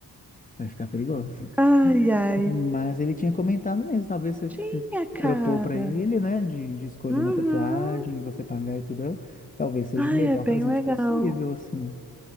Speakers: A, on the left; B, in the centre.
A: Vai ficar perigoso.
B: Ai, ai.
A: Mas ele tinha comentado mesmo, talvez você,
B: Tinha,
A: você
B: cara.
A: propor para ele, né, de, de escolher
B: Uhum.
A: uma tatuagem, você pagar e tudo, talvez seja
B: Ai,
A: o melhor
B: é bem
A: presente
B: legal.
A: possível, assim.